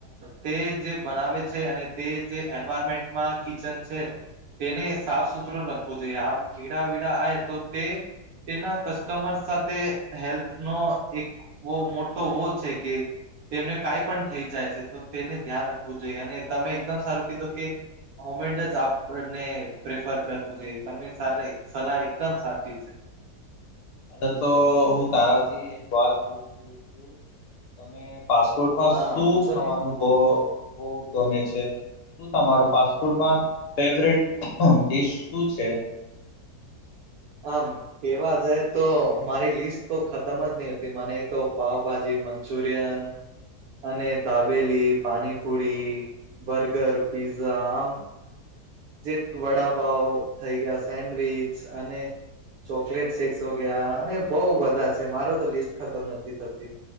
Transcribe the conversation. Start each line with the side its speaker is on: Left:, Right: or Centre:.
Right: તે જે બનાવે છે અને તે જે એન્વાયરમેન્ટમાં કિચન છે. તેને સાફ સુથરો રાખવો જોઈએ આમ કેીડા વીડા આવે તો તે તેના કસ્ટમર સાથે હેલ્થનો એક બહ મોટો વ છે કે તેમને કાઈ પણ થઈ જાય છે, તો તેને ધ્યાન રાખવું જોઈએ અને તમે એકદમ સારું કીધું કે હમેન્ટ જ આપણને પ્રિફર કરવું જોઈએ તમે સલાહ એકદમ સાચી છે.
Left: અ તો હું તારાથી એક વાત પૂછુ છુ, તમે પાસપોર્ટમાં
Right: હા
Left: શું
Right: હા પૂછો
Left: ખવાનુંભ
Right: ને
Left: બ ગમે છે. તમારો ફાસ્ટફૂડમાં ફેવટડીશ શું છે.
Right: કામ કેવા જાય તો મારી લિસ્ટ તો ખતમ જ નહતી મને તો પાવભાજી મંચુરિયન અને દબેલી પાણીપોડી બર્ગર પીઝઝા આમ જે વડાપાવ થઈ ગયા સેન્ડવીચ અને ચોકલેટ શેક્સ વગયા અને બઉ બધા છે મારો તો લિસ્ટ ખતમ નથી થતી.